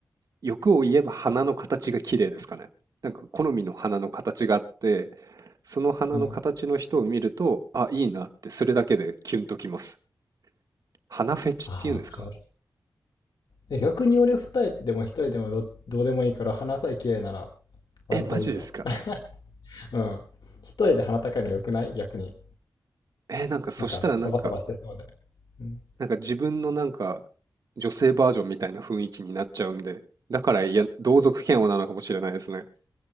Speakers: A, on the right; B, on the left.
A: 欲を言えば鼻の形が綺麗ですかねなんか好みの鼻の形があってその鼻の形の人を見るとあいいなってそれだけでキュンときます
B: うん。
A: 鼻フェチっていうんですか
B: あ、わかる。え逆に俺二重でも一重でもど、どうでもいいから鼻さえ綺麗なら割といいよ。
A: え、マジですか？
B: <laughs> うん。一重で鼻高いの良くない逆に。
A: え、なんかそしたらなんか
B: なんかサバサバしてそうで。うん。
A: なんか自分のなんか、女性バージョンみたいな雰囲気になっちゃうんで、だから、いや、同族嫌悪なのかもしれないですね。